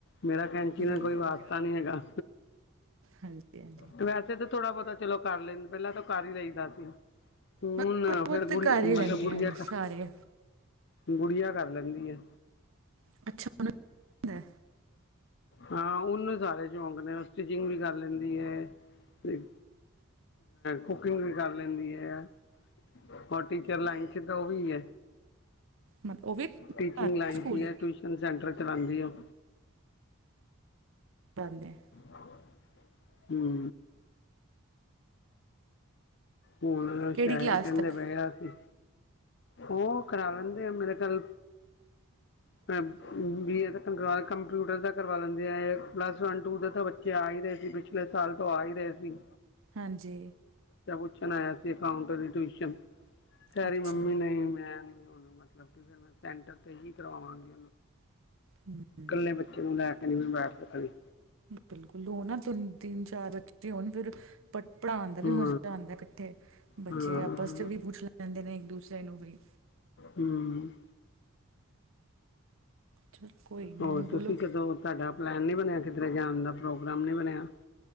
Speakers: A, on the left (about 50°); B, on the right (about 65°).
A: ਮੇਰਾ ਕੈਂਚੀ
B: ਬਿਲਕੁਲ
A: ਨਾ ਕੋਈ ਵਾਸਤਾ ਨੀ ਹੈਗਾ
B: ਹਾਂਜੀ ਹਾਂਜੀ
A: ਤੇ ਵੈਸੇ ਤਾਂ ਥੋੜਾ ਬਹੁਤਾ ਚਲੋ ਕਰ ਲੈਣ ਪਹਿਲਾਂ ਤਾਂ ਕਰ ਹੀ ਲਈਦਾ ਸੀ ਹੁਣ
B: ਬਸ ਥੋੜ੍ਹਾ ਬਹੁਤ
A: ਫੇਰ
B: ਤਾਂ
A: ਗੁੜੀ
B: ਕਰ
A: ਮਤਲਬ
B: ਹੀ ਲੈਂਦੇ
A: ਗੁੜੀਆਂ
B: ਆ
A: ਖ
B: ਸਾਰੇ
A: ਗੁੜੀਆਂ ਕਰ ਲੈਂਦੀ ਐ
B: ਅੱਛਾ ਉਹਨਾਂ ਦਾ
A: ਹਾਂ ਉਹਨੂੰ ਸਾਰੇ ਸ਼ੌਂਕ ਨੇ ਸਟਿਚਿੰਗ ਵੀ ਕਰ ਲੈਂਦੀ ਐ ਤੇ ਕੁਕਿੰਗ ਵੀ ਕਰ ਲੈਂਦੀ ਐ ਔਰ ਟੀਚਰ ਲਾਈਨ ਸਿੱ <unintelligible> ਉਹ ਵੀ ਹੈ
B: ਮਤਲਬ ਉਹ ਵੀ ਘਰ
A: ਟੀਚਿੰਗ ਲਾਈਨ
B: ਸਕੂਲ
A: ਚ ਹੀ ਹੈ ਟਿਊਸ਼ਨ ਸੈਂਟਰ ਚਲਾਂਦੀ ਐ ਉਹ
B: ਬਦੇ <unintelligible>
A: ਹਾਂ <inaudible> ਹਮ ਹੁਣ
B: ਕਿਹੜੀ
A: ਸ਼ਾਇਦ
B: ਕਲਾਸ
A: ਕਹਿੰਦੇ
B: ਤੱਕ
A: ਪਏ ਅਸੀ ਉਹ ਕਰਾ ਲੈਂਦੇ ਆ ਮੇਰੇ ਕਲ
B: <inaudible>
A: <unintelligible> ਬੀਏ ਦਾ <unintelligible> ਕੰਪਿਊਟਰ ਦਾ ਕਰਵਾ ਲੈਂਦੇ ਆ ਪਲੱਸ ਵਨ ਟੂ ਦਾ ਤਾਂ ਬੱ ਚੇ ਆ ਹੀ ਰਹੇ ਸੀ ਪਿਛਲੇ ਸਾਲ ਤੋਂ ਆ ਹੀ ਰਹੇ ਸੀ
B: ਹਾਂਜੀ
A: ਸ਼ਨ ਆਇਆ ਸੀ ਅਕਾਊਂਟਰ ਵਾਲੀ ਟਿਊਸ਼ਨ ਕਹਿ
B: ਅੱਛਾ
A: ਰੀ ਮੰਮੀ ਨਹੀਂ ਨੀ ਮੈਂ ਉਹਨੂੰ ਮਤਲਬ ਕਿ ਫ ਮੈਂ <unintelligible> ਸੈਂਟਰ ਤੇ ਹੀ ਕਰਵਾਵਾਂਗੀ
B: ਹਮ <unintelligible>
A: ਕਲੇ ਬੱਚੇ ਨੂੰ ਲੈਕੇ ਨੀ ਮੈਂ ਬੈਠ ਸਕਦੀ
B: ਬਿਲਕੁਲ ਓਹ ਨਾ ਤਿੰਨ <unintelligible> ਤਿੰਨ ਚਾਰ ਕੀਤੀ ਹੋਣ ਫਿਰ ਪ ਪੜ੍ਹਾਉਣ ਦਾ ਵੀ
A: ਹਾਂ
B: ਮਜ਼ਾ ਆਂਦਾ ਇਕੱਠੇ ਬੱਚੇ
A: ਹਾਂ
B: ਆਪਸ
A: ਹਾਂ,
B: ਚ ਵੀ ਪੁੱਛ ਲੈ ਦੇ ਨੇ ਇੱਕ ਦੂਸਰੇ ਨੂੰ ਵੀ
A: ਹਮ
B: ਚਲ ਕੋਈ ਨੀ
A: ਹੋਰ
B: ਇਹਨੂੰ ਬੋਲੋ
A: ਤੁਸੀਂ ਕਦੋਂ ਤੁਹਾਡਾ ਪਲੈਨ ਨੀ ਬਣਿਆ ਕਿਧਰੇ ਜਾਣ ਦਾ ਪ੍ਰੋਗਰਾਮ ਨੀ ਬਣਿਆ